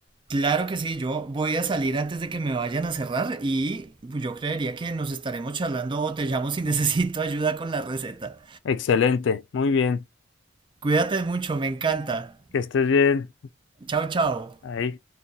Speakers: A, on the right; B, on the left.
A: Claro que sí, yo voy a salir antes de que me vayan a cerrar y yo creería que nos estaremos charlando o te llamo si <laughs> necesito ayuda con la receta.
B: Excelente, muy bien.
A: Cuídate mucho, me encanta.
B: Que estés bien.
A: Chao, chao.
B: Ahí.